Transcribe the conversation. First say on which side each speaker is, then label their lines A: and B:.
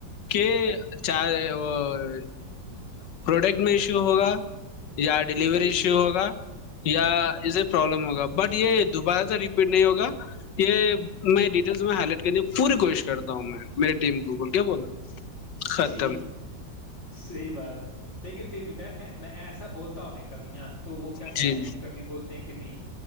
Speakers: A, on the left (about 70°); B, on the left (about 35°).
A: کہ چار وہ <unintelligible> پروڈکٹ
B: ہوں
A: میں ایشو ہوگا <unintelligible> یا ڈیلیوری
B: ہوں
A: ایشو ہوگا یا
B: ہوں
A: اسے پرابلم ہوگا <unintelligible> بٹ یہ دوبارہ سے ریپیٹ نہیں ہوگا یہ میں ڈیٹیلس میں ہائی لائٹ کرنے کی پوری کوشش کرتا ہوں میں میرے ٹیم کو بول کیا بول ختم
B: ٹھیک صی بات <unintelligible> بات ہے لیکن پھر بھی میں <unintelligible> میں ایسا بولتا ہوں میں کبھی ہاں <unintelligible> وہ کیا
A: جی
B: کرتے ہیں کبھی بولتے ہیں کہ نہیں